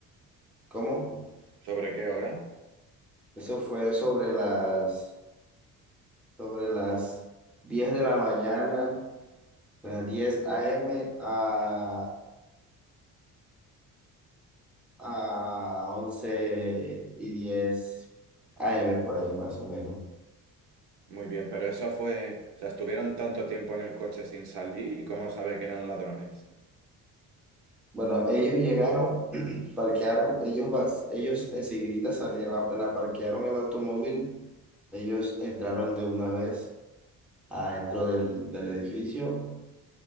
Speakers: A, in the centre; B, on the right.
A: ¿Cómo?
B: ¿Sobre qué hora?
A: Eso fue sobre las, sobre las 10 de la mañana, las 10 a.m. a a once y 10 AM por ahí más o menos.
B: Muy bien, pero eso fue, o sea, estuvieron tanto tiempo en el coche sin salir y cómo sabe que eran ladrones.
A: Bueno, ellos llegaron, <clears throat> parquearon, ellos, vas- ellos enseguida salieron, apenas parquearon el automóvil, ellos entraron de una vez adentro del, del edificio